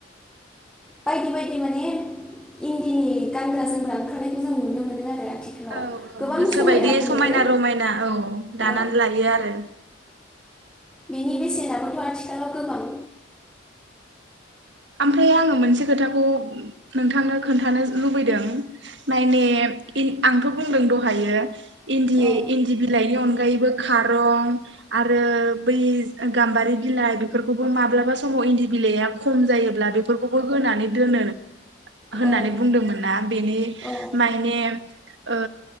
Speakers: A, in the centre; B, on the right.
A: बायदि बायदि माने इन्दिनि गानग्रा जोमग्रा ओंखारनायखौ जों नुनो मोनो आरो आथिखालाव
B: औ औ
A: गोबां
B: गोसो
A: समायनाबो
B: बायदि समायना
A: नुयो
B: रमायना औ दानानै
A: औ
B: लायो आरो
A: बेनि बेसेनाबोथ' आथिखालाव गोबां
B: ओमफ्राय आङो मोनसे खोथाखौ नोंथांनो खोन्थानो लुबैदों मायने आंथ' बुंदों दहायो इन्दि
A: औ
B: इन्दि बिलाइनि अनगायै बो खारां आरो बै गाम्बारि बिलाइ माब्लाबा समाव समाव इन्दि बिलाइआ खम जायोब्ला बेफोरखौबो होनानै दोनो होननानै
A: औ
B: बुंदोंमोन ना बिनि
A: औ
B: मायने ओ